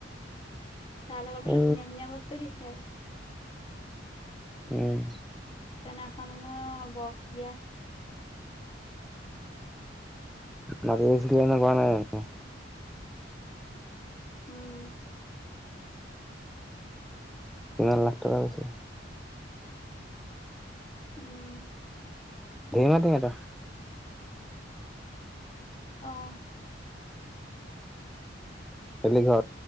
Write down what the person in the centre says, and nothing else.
অ
উম
লগৰ <unintelligible>
কিমান লাখ টকা কৈছে
<unintelligible> তো মাতা
হেলি ঘৰত